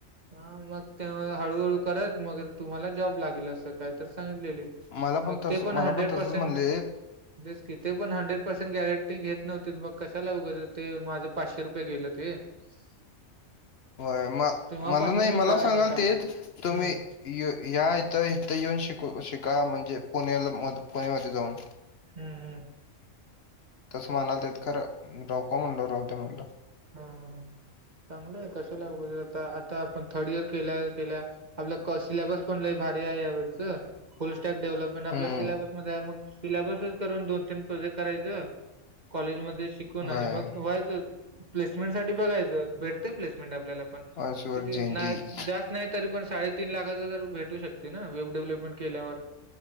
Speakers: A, on the right (about 35°); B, on the left (about 60°).
A: मग ते हळूहळू करत मग तुम्हाला जॉब लागेल असं काय. तसं सांगितलेलं
B: मला
A: मग
B: तस
A: ते पण
B: मला
A: हंड्रेड
B: तसच
A: पर्सेंट
B: म्हणलेत
A: रिस्क घेताच हंड्रेड पर्सेंट. पर्सेंट गॅरंटी घेत नव्हते. मग कशाला उगाच माझे पाचशे रुपये गेले ते. <inaudible>
B: होय म
A: तेव्हापासून
B: मला नाही
A: मी
B: मला
A: काय
B: सांगालतीत
A: नाही काय
B: तुम्ही.
A: हम्म
B: ये या इथं इथे येऊन शिकू शिका म्हणजे, पुण्याला म पुणेमध्ये जाऊन.
A: हम.
B: तसं म्हणालतीत खरं नको म्हणलं राहू दे म्हणलं.
A: हा चांगलंय कशाला आता आता आपण थर्ड इयर केल्या केल्या. आपलं सिलेबस पण लै भारी आहे. यावेळच फुल स्टॅक डेव्हलप पण आपल्या
B: हम्म
A: सिलेबसमध्ये मग सिलेबसच करून दोन तीन प्रोजेक्ट करायचं. कॉलेजमध्ये शिकून आणि
B: होय
A: मग व्हायचं. प्लेसमेंट साठी बघायचं. भेटते प्लेसमेंट आपल्याला पण
B: पासवर्ड
A: किती
B: चेंजीस
A: जास्त नाही. तरी पण साडेतीन लाखाच तर भेटू शकते ना वेब डेव्हलपमेंट केल्यावर.